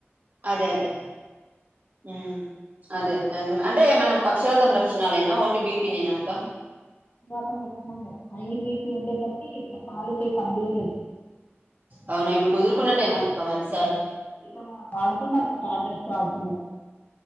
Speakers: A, on the right; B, on the left.
A: అదే అదే మ్ అదే అది అంటే మనం పక్షవాతం లక్షణాలేనా ఓన్లీ బీపీ నేనా అక్క
B: వాతం లక్షలానాలే హై బీపీ ఉండేసరికి ఇట్లా కాలు చేయి పని చేయలేదు
A: అవునా ఇప్పుడు కుదురుకున్నట్టేనా అక్క మరి సార్
B: ఇగ వాడుతున్నారు టాబ్లెట్స్ వాడుతున్నారు